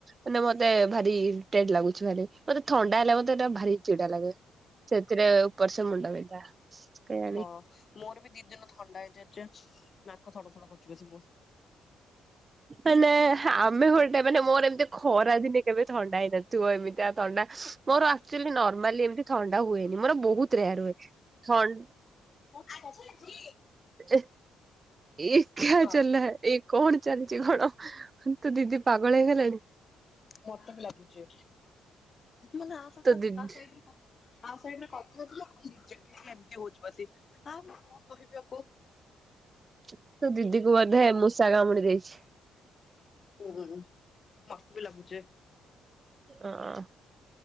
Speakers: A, on the right; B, on the left.
A: ମାନେ ମତେ ଭାରି ଇରିଟେଡ୍ ଲାଗୁଛି ଭାରି ମତେ ଥଣ୍ଡା ହେଲେ ମତେ ଏଟା ଭାରି ଚିଡା ଲାଗେ। ସେଥିରେ ଉପର୍ ସେ ମୁଣ୍ଡା ବିନ୍ଧା। ଏୟା।
B: ହଁ ମୋର ବି ଦି ଦିନୁ ଥଣ୍ଡା ହେଇ ଯାଇଛି ନାକ ସଡ ସଡ କରୁଚି ବସିକି ମୁଁ।
A: ମାନେ ଆମେ ଗୋଟେ ମାନେ ମୋର ଏମିତି ଖରା ଦିନେ କେବେ ଥଣ୍ଡା ହେଇ ନଥିବ ଏମିତିଆ ଥଣ୍ଡା। ମୋର ଆଚୁଆଲି ନର୍ମାଲି ଏମିତି ଥଣ୍ଡା ହୁଏନି ମୋର ବହୁତ ରେୟାର ହୁଏ।
B: ଆଚ୍ଛା ଜି।
A: ଏ ଏକା
B: ହଁ
A: ଚଲା ଏଇ କଣ ଚାଲିଛି କଣ? ହେ ତୋ ଦିଦି ପାଗଳ ହେଇଗଲାଣି।
B: ମତେ ବି ଲାଗୁଛି ମାନେ ଆ କଥା
A: ତୋ ଦିଦି
B: ଟା ସାଇଡ୍ ଆ ସାଇଡ୍ ରେ କଥାଥିଲା ରିଜେକ୍ଟ ହେଇକି ଏମିତି ହଉଛିି ବସିକି ଆ ମୁଁ କଣ କହିବି ୟାକୁ।
A: ତୋ ଦିଦି କୁ ବୋଧେ ମୂଷା କାମୁଡି ଦେଇଛି।
B: ହୁଁ ହୁଁ ମତେ ବି ଲାଗୁଛି।
A: ଆଁ